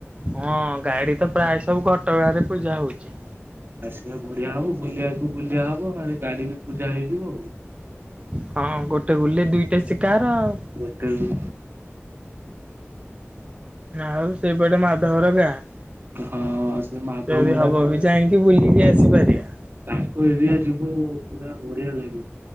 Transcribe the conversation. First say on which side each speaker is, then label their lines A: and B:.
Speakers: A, on the right; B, on the right.
A: ହଁ ଗାଡି ତ ପ୍ରାୟ ସବୁ ଘଟଗାଁ ରେ ପୂଜା ହଉଛି
B: ଆସିବେ <unintelligible> ବଢିଆ ହବ ବୁଲିବାକୁ ବୁଲିବା ହବ ଆ ଗାଡି ବି ପୂଜା ହେଇଯିବ ଆଉ
A: ହଁ ଗୋଟେ ଗୁଲିରେ ଦୁଇଟା ଶିକାର ଆଉ
B: ବଟେ <inaudible>
A: ଆଉ ସେଇପଟେ ମାଧବର ଗାଁ
B: ହଁ ସେ ମାଧ
A: ଯଦି
B: ମୁଣ୍ଡା
A: ହବ
B: ତ
A: ବି ଯାଇକି ବୁଲିକି କି ଆସିପାରିିବା
B: ତାଙ୍କ ଏରିଆ ଯିବୁ ପୁରା ବଢିଆ ଲାଗିବ